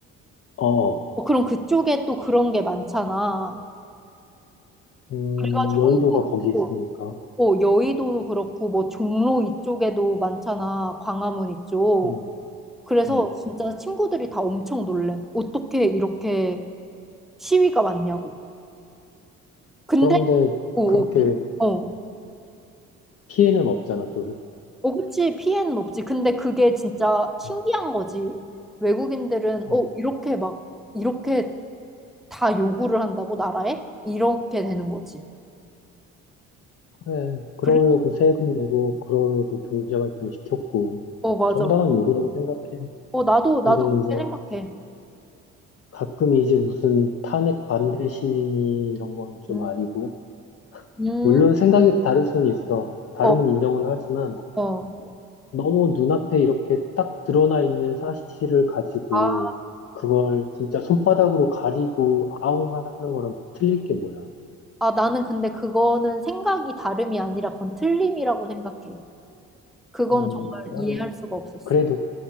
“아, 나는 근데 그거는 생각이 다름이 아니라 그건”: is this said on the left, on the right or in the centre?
Centre